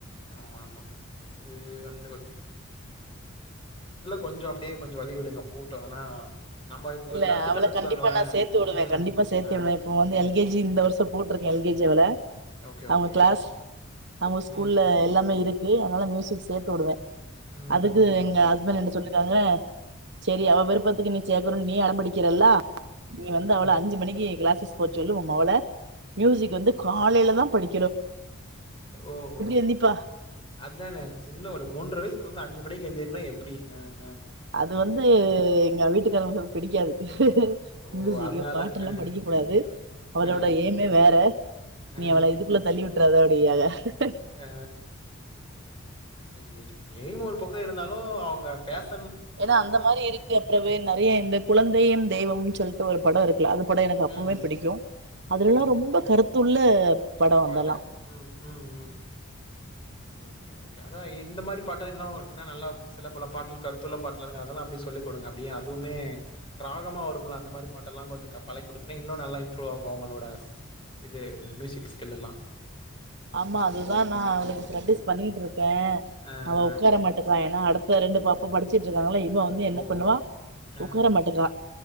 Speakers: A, on the left; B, on the right.
A: ஆமா ஆமா. அது வந்து கொஞ்சோ அப்டியே கொஞ்சோ வழி விடுங்க போட்டும். ஆனா நம்ம கு
B: இல்ல
A: தடுத்துட்டோம்னு
B: அவள
A: வச்சுக்கோங்களேன்.
B: கண்டிப்பா நா சேத்து வுடுவேன்.
A: ம்.
B: கண்டிப்பா சேத்துருவே.
A: ஆ
B: இப்ப வந்து எல் கே ஜி இந்த வருஷம் போட்டிருக்கே எல் கே ஜி அவள.
A: ஓகே,
B: அவங்க
A: ஓகே.
B: க்ளாஸ், அவங்க ஸ்கூல்ல
A: ம்.
B: எல்லாமே இருக் கு அதனால மியூசிக் சேத்து விடுவே
A: ம்,
B: அதுக்கு
A: ம்,
B: எங்க ஹஸ்பண்ட் என்ன சொல்லிருக்காங்க சேரி அவ விருப்பத்துக்கு நீ சே றகு நீ அடம்பிடிக்கிறல்லா. நீங்க வந்து
A: ம்.
B: அவள அஞ்சு மணிக்கு எ கிளாஸ்க் <unintelligible> சொல்லு உ மவள மியூசிக் வந்து காலையில தா படி
A: ஓஹோ
B: எந்திப்பா
A: அதானே சின்ன ஒரு மூன்ற வயசு கொழந்த அஞ்சு மணிக்கு எந்தி என்ன எப்டி ஆ ஹ,
B: அது வந்து எங்க வீட்டுக்காரவங்க பிடிக்காது
A: ஓ!
B: மியூசிகக்கு
A: அதனால.
B: பாட்டு எல்லா
A: அ,
B: படிக்கக்க கூடாது அவளோட
A: அ, அ,
B: ஏய்மே வேற
A: அ,
B: நீ அவள இதுக்குள்ள தள்ளி விட் <unintelligible>
A: ஏ ஐ எய்ம் ஒரு பக்கம் இருந்தாலு அவங்க ஃபேஷ
B: ஏன்னா அந்த மாதிரி இருக்கு அப்பறவே நெறைய இந்த குழந்தையு தெய்வமு சொல்லிட்டு ஒரு படோ இரு லாது படோ எனக்கு
A: ம்,
B: அப்பவுமே பிடிக்கு
A: ம்.
B: அதுலல்லா
A: ம்,
B: ரொம்ப
A: ம்.
B: கருத்துள்ள படோ
A: பாட்டுகள்
B: அதெல்லா
A: உம் உம் உம், ஓகே ஓகே அதா இந்த மாரி பாட்டல இன்னு நல்லா சில பல பாட்டு கருத்துள்ள பாட்டுலா இருங்க அதெல்லா அப்டியே சொல்லிக் கொடுங்க அப்டியே அதுமே ராகமா வருமுல அந்த மாரி பாட்டலா கொஞ்சோ பழக் குடுத்தின்னா இன்னு நல்லா இம்ப்ரூவ் ஆகு அவங்களோட இது மியூசிக்ஸ். ல்லலா
B: ஆமா அதுதா நா அவளுக்கு பிராக்டிஸ் பண்ணிட்டு இருக்கே
A: ஆஹ.
B: அவ உக்கார மாட்டிரா என் அ அடுத்த ரெண்டு பப்பு படிச்சிட்டு இருக்காங்களா இதுத இவொ வந்து என்ன
A: ஓ!
B: பண்ணுவா
A: அ.
B: உக்கார மாட்டேங்கா